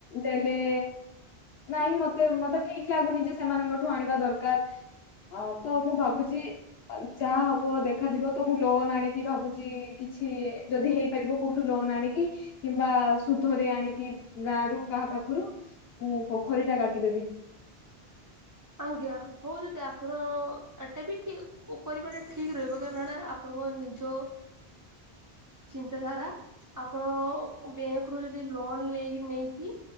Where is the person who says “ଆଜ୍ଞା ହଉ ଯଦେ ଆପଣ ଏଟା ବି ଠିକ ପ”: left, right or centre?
Right